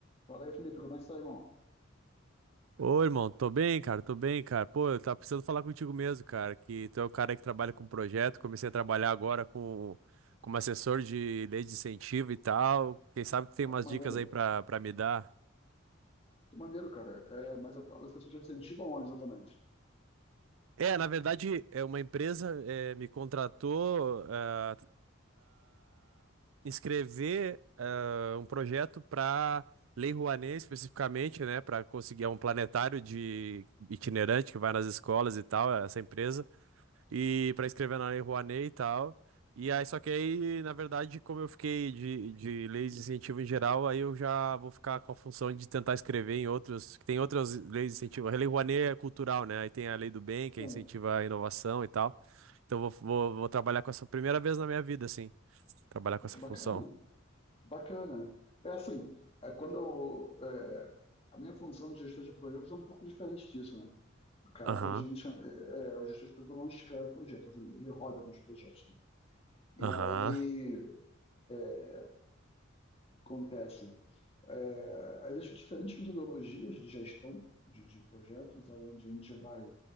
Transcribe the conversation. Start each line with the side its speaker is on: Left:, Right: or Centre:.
Left: Fala aí, Felipe, como é que tá, irmão?
Right: Ô, irmão, tô bem, cara, tô bem, cara. Pô, eu tava precisando falar contigo mesmo, cara, que tu é o cara que trabalha com projeto, comecei a trabalhar agora com como assessor de lei de incentivo e tal. Quem sabe tu tem
Left: Ah,
Right: umas
Left: que maneiro.
Right: dicas aí pra, pra me dar?
Left: Que maneiro, cara. É, mas a tua licenciatura de incentivo aonde exatamente?
Right: É, na verdade, é uma empresa eh, me contratou para escrever ah, um projeto para Lei Rouanet, especificamente, né, Para conseguir é um planetário de itinerante que vai nas escolas e tal, essa empresa. e para escrever na Lei Rouanet e tal. E aí, só que aí, na verdade, como eu fiquei de, de leis de incentivo em geral, aí eu já vou ficar com a função de tentar escrever em outros, que tem outras leis de incentivo. A Lei Rouanet é cultural, né? Aí tem a Lei do Bem, que
Left: Tem.
Right: incentiva a inovação e tal. Então vou, vou, vou trabalhar com essa primeira vez na minha vida, assim, trabalhar
Left: Pô,
Right: com essa
Left: que bacana.
Right: função.
Left: Bacana. É assim, é, quando eu, é, a minha função de gestor de projetos é um pouco diferente disso, né? No caso,
Right: Aham,
Left: a gente, é, é, o gestor de projetos não escreve projetos, ele, ele roda nos projetos. né? E
Right: aham,
Left: aí, é, acontecem. É, existem diferentes metodologias de gestão de, de projetos, onde a gente vai